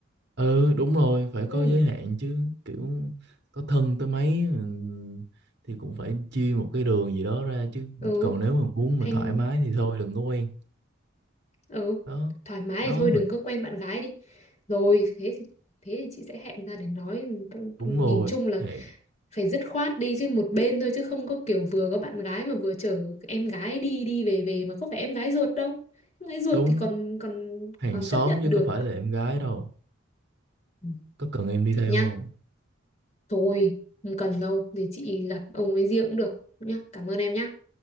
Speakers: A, on the right; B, on the left.
A: Ừ đúng rồi phải
B: ừ
A: có giới hạn chứ kiểu có thân tới mấy ừm, thì cũng phải chia một cái đường gì đó ra chứ
B: ừ
A: còn nếu mà muốn
B: Thanh
A: mà thoải mái thì thôi đừng có quen
B: ừ
A: đó
B: thoải mái
A: nói
B: thì thôi
A: mà
B: đừng có quen bạn gái đi rồi thế thì thế thì chị sẽ hẹn ra để nói
A: đúng
B: nhìn
A: rồi
B: chung là
A: hẹn
B: phải dứt khoát đi chứ một bên thôi chứ không có kiểu vừa có bạn gái mà vừa chở em gái đi đi về về mà có phải em gái ruột đâu em gái ruột
A: đúng
B: thì còn còn
A: hàng
B: còn
A: xóm
B: chấp nhận
A: chứ
B: được
A: có phải là em gái đâu
B: Ừ,
A: có cần em đi theo
B: vậy nhá
A: không
B: thôi không cần đâu để chị gặp ông ấy riêng cũng được nhá cảm ơn em nhá